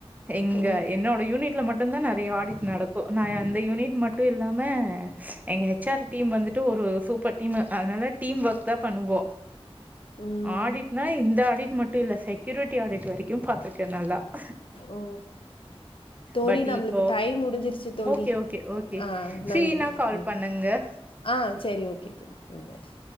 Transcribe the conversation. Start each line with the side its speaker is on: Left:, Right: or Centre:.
Right: எங்க
Left: ஓ
Right: என்னோட யூனிட்ல மட் டு தா நெறைய ஆடிட் நடக்கு நா அந்த யூனிட் மட்டு இல்லாம எங்க எச் ஆர் டீம் வந்துட்டு ஒரு ம் சூப்பர் டீமு அதனால டீம் ஒர்க் தா பண்ணுவோ
Left: ம்
Right: ஆடிட்னா இந்த ஆடிட் மட்டு இல்ல செக்யூரிட்டி ஆடிட் வரைக்கு பாத்துட்ட நல்லா
Left: ஓ தோழி
Right: பட்
Left: நம்முளுக்கு
Right: இப்போ
Left: டைம் முடிஞ்சிருச்சி தோழி
Right: ஓகே ஓகே ஓகே
Left: ஆ
Right: ஃப்ரீனா
Left: நன்றி
Right: கால்
Left: ம்
Right: பண்ணுங்க. ஓகே.
Left: ஆ செரி ஓகே தோழி <inaudible>